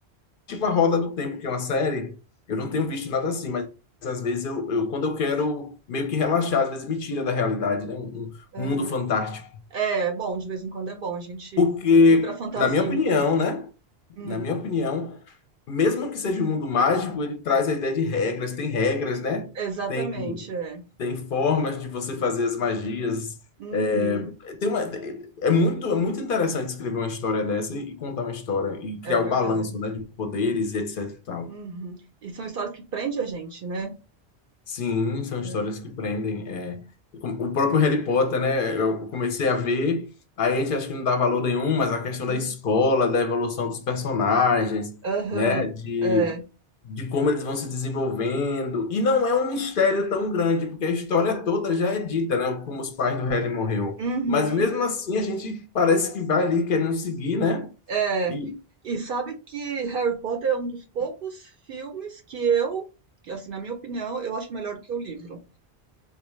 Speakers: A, on the left (about 60°); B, on the right (about 60°).
A: tipo a Roda do Tempo, que é uma série, eu não tenho visto nada assim, mas às vezes eu, eu- quando eu quero meio que relaxar,
B: Hum,
A: às vezes me tira da realidade, né? Um, um-
B: Aham.
A: um mundo fantástico.
B: É, bom, de vez em quando é bom a gente
A: Porque,
B: ir pra fantasia
A: na minha opinião,
B: um pouco.
A: né?
B: Hum,
A: Na minha opinião, mesmo que seja um mundo mágico, ele traz a ideia de regras, tem regras, né?
B: exatamente,
A: Tem,
B: é.
A: tem formas de você fazer as magias.
B: Uhum,
A: É, tem uma, é é muito, é muito interessante escrever uma história dessa e contar uma história e criar
B: é verdade.
A: o balanço, né, de poderes e etc e tal.
B: Uhum. E são histórias que prendem a gente, né?
A: Sim, são histórias
B: É.
A: que prendem. É, o próprio Harry Potter, né? Eu comecei a ver, aí a gente acha que não dá valor nenhum, mas a questão da
B: Hum.
A: escola, da evolução dos personagens,
B: Aham.
A: né? De,
B: É.
A: de como eles vão se desenvolvendo. E não é um mistério tão grande, porque a história toda já é dita, né? Como os pais do Harry morreu.
B: Uhum.
A: Mas mesmo assim, a gente parece que vai ali querendo seguir, né?
B: É.
A: E
B: E sabe que Harry Potter é um dos poucos filmes que eu, que, assim, na minha opinião, eu acho melhor do que o livro.